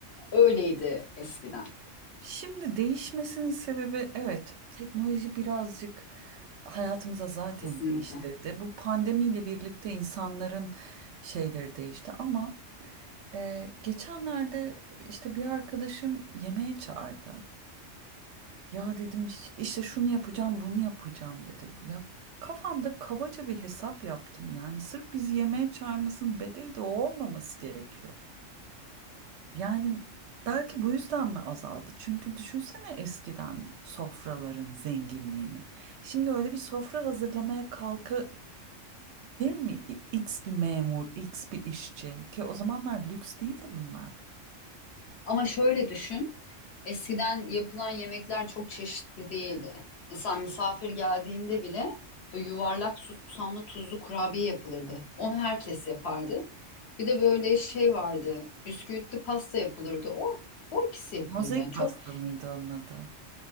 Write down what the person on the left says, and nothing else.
Öyleydi eskiden
kesinlikle.
Ama şöyle düşün. Eskiden yapılan yemekler çok çeşitli değildi. Mesela misafir geldiğinde bile böyle yuvarlak susamlı tuzlu kurabiye yapılırdı. Onu herkes yapardı. Bir de böyle şey vardı. Bisküvitli pasta yapılırdı. O o ikisi yapılırdı.
Yani çok